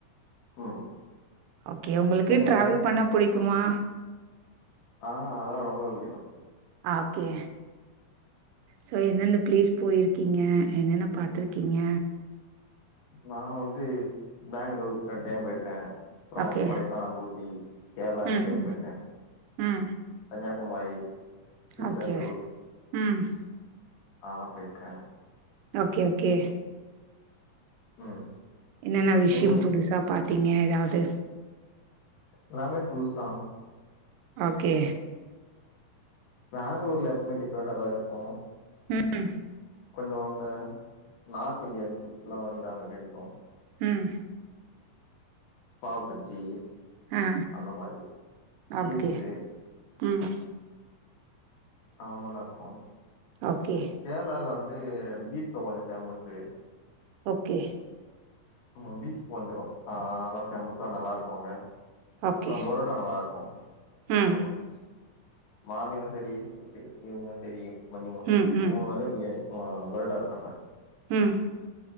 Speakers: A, on the left (about 85°); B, on the right (about 85°).
A: ம்
B: ஓகே உங்களுக்கு
A: நீங்க
B: டிராவல்
A: என்ன
B: பண்ண புடிக்குமா
A: ஆ அதெல்லா ரொம்ப புடிக்கு
B: ஆக்கே சோ என்னென்ன பிளேஸ் போயிருக் இகீங்க என்னன்ன பாத்துருக்கீங்க
A: நா வந்து பேங்களூரு ரெண் டைம் போயிருக்கே அப்பறோ
B: ஓகே
A: கொடைக்கானல் ஊட் டி கேரளா ரெண்டைம்
B: ம்
A: போயிருக்கே
B: ம் ம்
A: எங்க உமாயி திரிச்சந்தூர்
B: ஓகே ம்
A: அதலாம் போயிருக்கே
B: ஓகே ஓகே
A: ம்
B: என்னன் விஷயம்
A: நீங்க
B: புதுசா பாத்தீங்க ஏதாவது
A: எல்லாமே புதுசுதா
B: ஓகே
A: பெங்களூர்ல எப்பவுமே டிஃப்ரெண்டா தா இருக்கு
B: ம்
A: கொஞ்ச அங்க நார்த் இண்டியன் ஃபுட்ஸ்ல்லா வந்து அங்க கெடைக்கு
B: ம்
A: பாவ் பஜி
B: ஆ
A: அந்த மாரி ஸ்வீட்சே
B: ஓகே ம்
A: ஆமல்லா இருக்கு
B: ஓகே
A: கேரளால வந் து பீப்ல கொஞ்ச பேமஷு
B: ஓகே
A: ம் பீஃப் கொஞ்ச ஆ நல்லா ஃபேமஸா நல்லாருக்கு அங்க
B: ஓகே.
A: அப்றம் பொரொட்டா நல்லாருக்கு
B: ம்,
A: ஃபேமஸ் மார்னிங்கு செரி இ ஈவினிங்கு செரி மதியமு செரி
B: ம், ம்,
A: மூனு வேலயு பிரியாணி ஆ பொரோட்டா இருக்கங்க
B: ம்